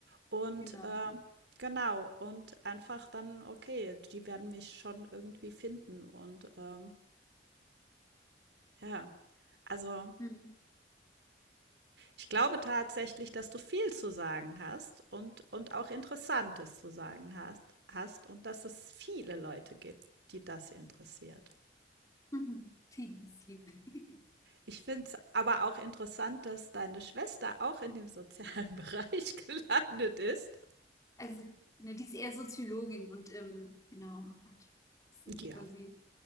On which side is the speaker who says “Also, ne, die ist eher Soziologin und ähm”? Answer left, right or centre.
Left